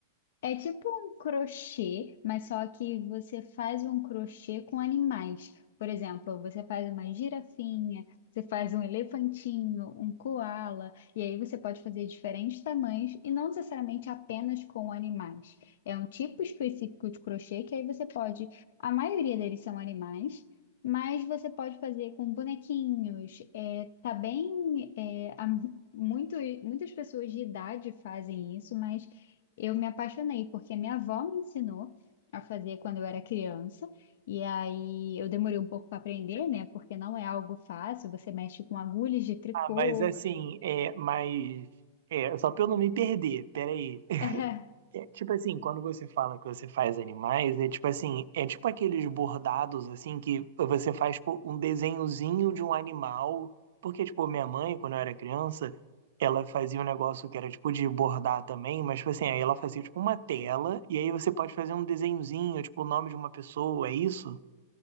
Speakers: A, on the left (about 55°); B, on the right (about 60°).
A: É tipo um crochê, mas só que você faz um crochê com animais. Por exemplo, você faz uma girafinha, você faz um elefantinho, um coala. e aí você pode fazer diferentes tamanhos e não necessariamente apenas com animais. É um tipo específico de crochê que aí você pode, a maioria deles são animais, mas você pode fazer com bonequinhos. É, tá bem, é, há mu- muito, muitas pessoas de idade fazem isso, mas eu me apaixonei porque minha avó me ensinou a fazer quando eu era criança. E aí eu demorei um pouco para aprender, né? Porque não é algo fácil, você mexe com agulhas de tricô.
B: Ah, mas assim, é, mas é, só pra eu não me perder, peraí.
A: <laughs>
B: É, tipo assim, quando você fala que você faz animais, é tipo assim, é tipo aqueles bordados assim que você faz pô, um desenhozinho de um animal, porque tipo, minha mãe, quando eu era criança, ela fazia um negócio que era tipo de bordar também, mas tipo assim, aí ela fazia tipo uma tela e aí você pode fazer um desenhozinho, tipo o nome de uma pessoa, é isso?